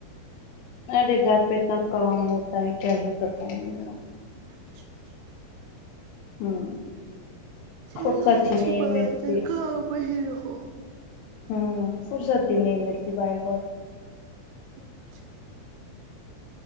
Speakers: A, on the left; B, on the right.
A: ارے گھر پہ اتنا کام ہوتا ہے کیا ہی بتاؤں میں آپ
B: اچھا اچھا
A: ہوں
B: چلو
A: فرصت
B: اچھی
A: ہی نہیں
B: بات
A: ملتی
B: کام مے ہی رہو
A: ہوں فرصتی ہی نہیں ملتی بائی گاڈ
B: اچھا